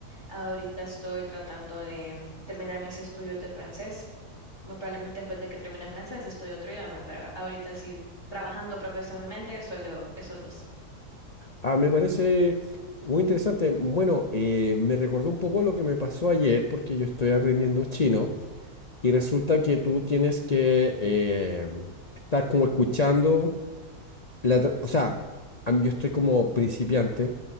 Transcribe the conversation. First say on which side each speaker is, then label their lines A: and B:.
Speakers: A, on the left; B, on the left.
A: Ahorita estoy tratando de mm, terminar mis estudios de francés. Muy probablemente después de que termine francés estudio otro idioma, pero ahorita sí, trabajando profesionalmente, solo esos dos.
B: Ah, me parece muy interesante. Bueno, eh, me recordó un poco lo que me pasó ayer porque yo estoy aprendiendo chino. y resulta que tú tienes que eh, estar como escuchando, la tra- o sea, a mí- yo estoy como principiante,